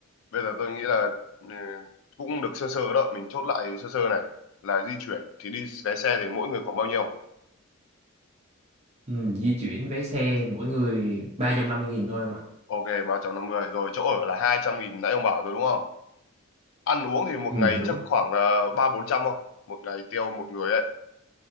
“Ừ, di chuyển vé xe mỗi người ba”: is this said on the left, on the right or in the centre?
Right